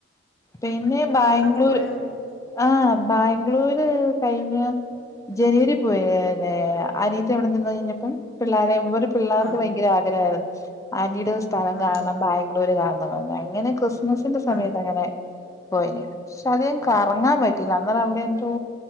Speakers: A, on the left; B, on the left.
A: പിന്നെ ബാംഗ്ലൂര്-
B: ടൂറൊക്കെ പോയാ നമ്മ
A: ആഹ് ബാംഗ്ലൂര് കഴിഞ്ഞാ- ജനുവരി പോയല്ലെ അനിയത്തി എവിടെ നിന്ന് കഴിഞ്ഞപ്പം പിള്ളേരെ ഇവര് പിള്ളേർക്ക്
B: ആഹ്
A: ഭയങ്കര അ - ഗ്രരാന്ന് ആന്റിടെ സ്ഥലം
B: ആഹ്
A: കാണണം
B: ആഹ്
A: ബാംഗ്ലൂര് കാണണന്ന് പറഞ് അങ്ങനെ ക്രിസ്മസ്- ന്റെ സമയത്ത്
B: അതെ
A: അങ്ങനെ പോയിന് പക്ഷെ അധികം കറങ്ങാൻ പറ്റില്ല അന്നേരം അവിടെ എന്തോ